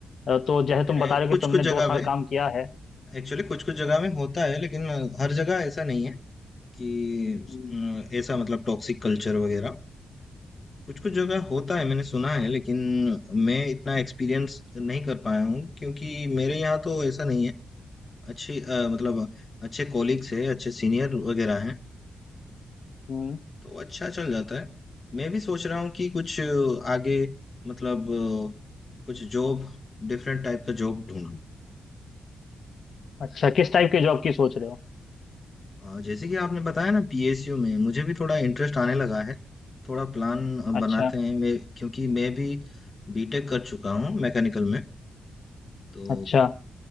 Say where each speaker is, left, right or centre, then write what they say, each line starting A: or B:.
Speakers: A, on the left; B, on the left.
A: अ, तो जैसे तुम
B: नहीं नहीं
A: बता रहे
B: कुछ
A: हो कि तुमने
B: कुछ
A: दो
B: जगह
A: साल
B: पे
A: काम किया है
B: एक्चुअली कुछ कुछ जगह में होता है लेकिन अ, हर जगह ऐसा नहीं है कि
A: हम्म
B: अ, ऐसा मतलब टॉक्सिक कल्चर वगैरह कुछ कुछ जगह होता है मैंने सुना है लेकिन मैं इतना एक्सपीरियंस नहीं कर पाया हूँ क्योंकि मेरे यहाँ तो ऐसा नहीं है अच्छी अ, मतलब अच्छे कॉलीग्स है अच्छे सीनियर वगैरह हैं
A: हम्म।
B: तो अच्छा चल जाता है मैं भी सोच रहा हूँ कि कुछ अ, आगे मतलब अ, कुछ जॉब डिफरेंट टाइप का जॉब ढूंढूं
A: अच्छा किस टाइप के जॉब की सोच रहे हो
B: अ, जैसे कि आपने बताया ना पीएसयू में मुझे भी थोड़ा इंटरेस्ट आने लगा है थोड़ा प्लान अ,
A: अच्छा
B: बनाते हैं मैं क्योंकि मैं भी बीटेक कर चुका हूँ मैकेनिकल में तो
A: अच्छा